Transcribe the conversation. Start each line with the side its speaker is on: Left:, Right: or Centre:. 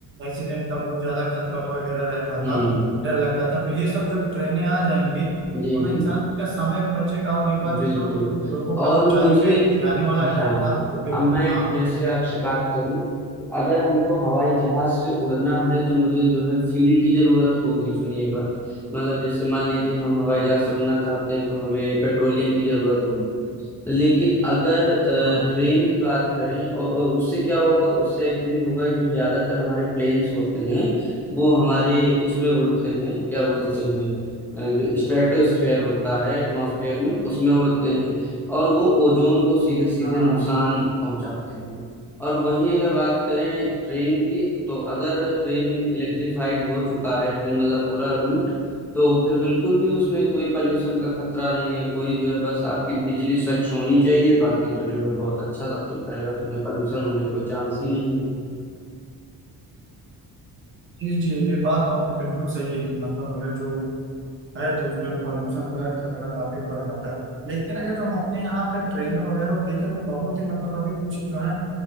Right: एक्सीडेंट का बहुत ज्यादा खतरा वगैरह रहता
Centre: हम्म
Right: था डर लगता था तो ये सब जो ट्रेनें आ जाएंगी
Centre: जी
Right: मतलब
Centre: जी
Right: इंसान का समय भी बचेगा और एक बार
Centre: बिल्कुल
Right: जो लोगों का
Centre: और
Right: ऊंचाई
Centre: मुझे
Right: पे जाने वाला
Centre: हाँ
Right: डर था वो भी
Centre: अब
Right: खत्म
Centre: मैं
Right: हाँ
Centre: जैसे आपसे बात करूं तो अगर हमको हवाई जहाज से उड़ना है तो मुझे जो है फ्यूल की जरूरत होगी सुनिएगा मतलब जैसे मान लीजिए हम
Right: हाँ
Centre: हवाई जहाज से उड़ना चाहते हैं तो हमें पेट्रोलियम की जरूरत होगी लेकिन अगर अ,
Right: हाँ
Centre: ट्रेन की बात करें और, और उससे क्या होगा उससे एक्चुअली होगा जो ज्यादातर हमारे प्लेन्स होते हैं वो हमारे उसमें उड़ते हैं क्या बोलते हैं अ, जो स्ट्रेटोस्फेयर होता है एटमॉस्फेयर में उसमें उड़ते हैं और वो ओजोन को सीधे सीधे
Right: हाँ
Centre: नुकसान पहुंचाते हैं और वहीं अगर बात करें ट्रेन की तो अगर ट्रेन इलेक्ट्रिफाइड हो चुका है ट्रेन मतलब पूरा रूट तो फिर बिल्कुल भी उसमें कोई पॉल्यूशन का खतरा नहीं है कोई जो है बस आपकी बिजली स्वच्छ होनी चाहिए बाकी तो जो है बहुत अच्छा सब कुछ रहेगा तो उसमें पॉल्यूशन होने कोई चांस ही नहीं
Right: जी जी ये बात तो आपकी बिल्कुल सही है कि मतलब अगर जो है तो उसमें पॉल्यूशन का खतरा काफी बढ़ जाता है लेकिन अगर जो हम अपने यहाँ पे ट्रेनों वगैरह देखें तो बहुत ही मतलब अभी कुछ जो है